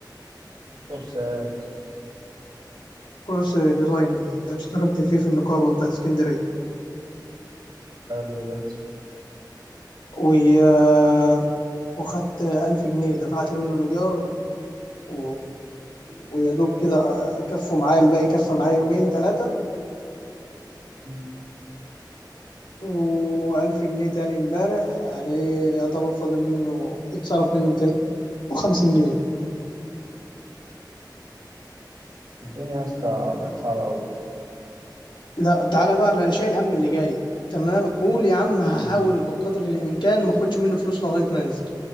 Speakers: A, on the right; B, on the left.
A: كورسات
B: كورس ديزاين اشتركت فيه في النقابه بتاعت اسكندريه
A: حلو ده
B: و آه، وخدت 1000 جنيه دفعت منه الايجار و... ويا دوب كده كفوا معايا الباقي كفى معايا يومين ثلاثه
A: مم.
B: وألف جنيه تاني امبارح يعني إيه يعتبر فاضل منه اتصرف منه 250 جنيه
A: الدنيا يا اسطى بقت صعبة أوي
B: لا تعالى بقى أنا شايل هم اللي جاي تمام قول يا عم هحاول
A: مم.
B: بقدر الإمكان ما أخدش منه فلوس لغاية ما أنزل